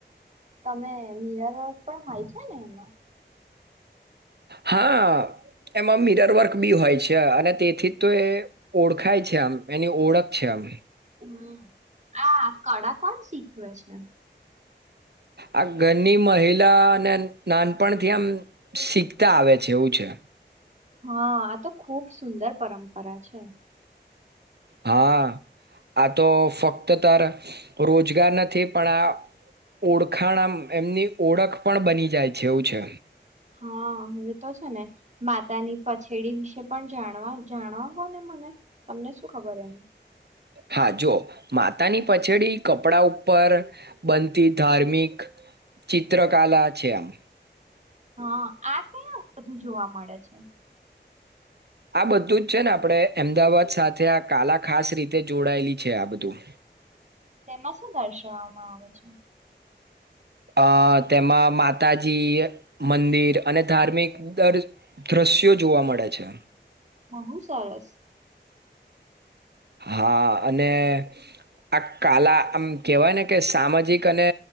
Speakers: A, on the right (about 40°); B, on the right (about 60°).
A: તમે <unintelligible> પણ હોય છે ને એમાં
B: હા એમાં મિરર વર્ક ભી હોય છે અને તેથી તો એ ઓળખાય છે આમ એની ઓળખ છે આમ
A: હમ આ કળા કોણ શીખવે છે
B: આ ઘરની મહિલા અને નાનપણથી આમ શીખતા આવે છે એવું છે
A: હા આ તો ખુબ સુંદર પરંપરા છે
B: હા આ તો ફક્ત તારા રોજગાર નથી પણ આ ઓળખાણ એમની ઓળખ પણ બની જાય છે એવું છે
A: હા હવે તો છે ને માતાની પછેડી વિશે પણ જાણવા જાણવા ને મને તમને શું ખબર એમ
B: હા જો માતાની પછડી કપડા ઉપર બનતી ધાર્મિક ચિત્રકલા છે આમ
A: હા આ કયા વધું જોવા મળે છે
B: આ બધું જ છે ને આપણે અમદાવાદ સાથે આ કાલા ખાસ રીતે જોડાયેલી છે આ બધું
A: તેમાં શું દર્શાવવામાં આ વે છે
B: અ તેમાં માતાજી મંદિર અને ધાર્મિક દર દ્રશ્યો જોવા મળે છે
A: બહુ સરસ
B: હા અને આ કાલા આમ કહેવાય ને કે સામાજિક અને